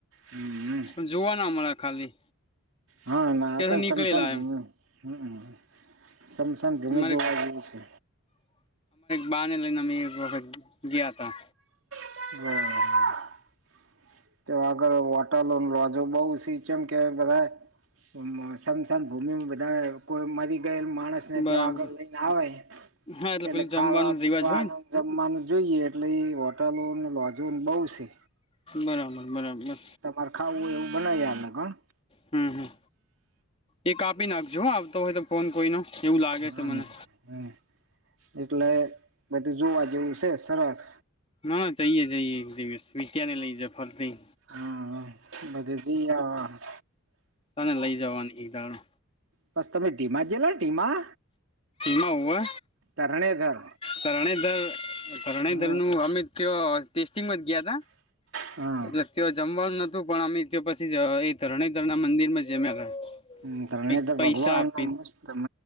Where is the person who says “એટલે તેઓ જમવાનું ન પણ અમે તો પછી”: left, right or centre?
Left